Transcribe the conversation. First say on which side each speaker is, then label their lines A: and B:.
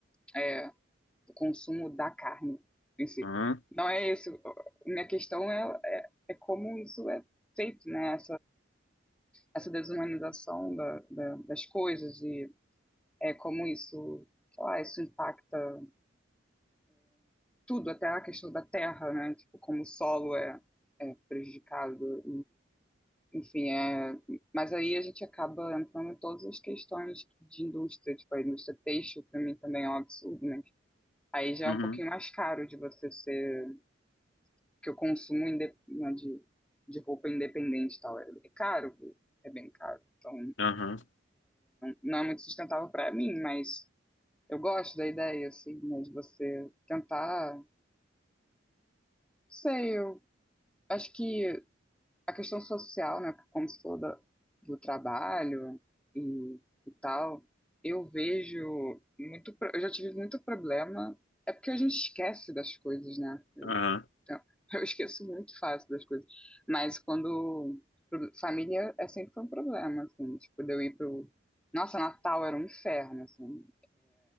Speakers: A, in the centre; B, on the left (about 80°).
A: é, o consumo da carne em si.
B: Aham,
A: Não é isso. Minha questão é, é, é como isso é feito, né? essa desumanização da, da, das coisas e é, como isso, sei lá, isso impacta tudo, até a questão da terra, né? Tipo, como o solo é, é prejudicado e, enfim, é... Mas aí a gente acaba entrando em todas as questões de indústria, tipo, a indústria têxtil para mim também é um absurdo, né aí já
B: uhum,
A: é um pouquinho mais caro de você ser... que eu consumo inde... né, de, de roupa independente e tal, é, é caro, é bem caro. Então,
B: aham,
A: não é muito sustentável para mim, mas Eu gosto da ideia, assim, né, de você tentar, não sei, eu acho que a questão social, né, como se falou da- do trabalho e, e tal, eu vejo muito, pro- eu já tive muito problema, é porque a gente esquece das coisas, né?
B: aham.
A: Então, <laughs> eu esqueço muito fácil das coisas, mas quando pro- família é sempre um problema, assim, tipo, de eu ir pro, nossa, Natal era um inferno, assim.